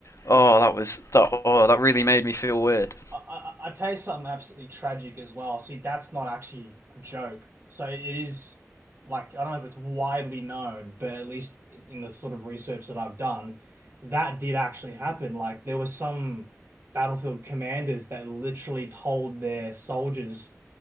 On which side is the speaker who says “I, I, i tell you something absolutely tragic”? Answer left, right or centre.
Right